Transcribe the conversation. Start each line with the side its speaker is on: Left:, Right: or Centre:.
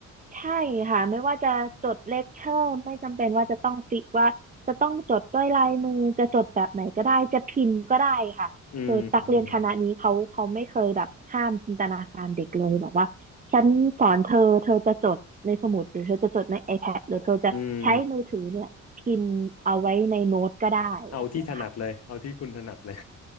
Right: ใช่ค่ะไม่ว่าจะจดเลคเชอร์ไม่จำเป็นว่าจะต้องฟิกว่าจะต้องจดด้วยลายมือจะจดแบบไหนก็ได้จะพิมพ์ก็ได้ค่ะคือตักเรียนคณะนี้เขาเขาไม่เคยแบบห้ามจินตนาการเด็กเลยแบบว่าฉันสอนเธอเธอจะจดในสมุดหรือเธอจะจดใน
Left: อืมอืม
Right: iPad หรือเธอจะใช้มือถือเนี่ยพิมพ์เอาไว้ในโน้ตก็ได้แบบเนี้ยค่ะ
Left: อืมเอาที่ถนัดเลยเอาที่คุณถนัดเลย